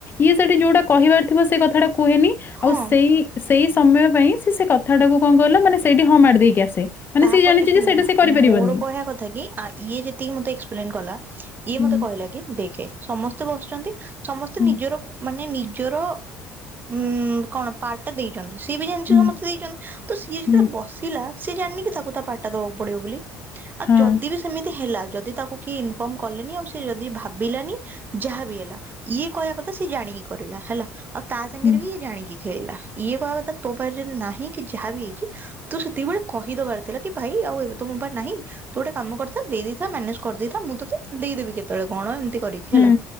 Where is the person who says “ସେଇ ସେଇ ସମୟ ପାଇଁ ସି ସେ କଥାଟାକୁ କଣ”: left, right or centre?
Left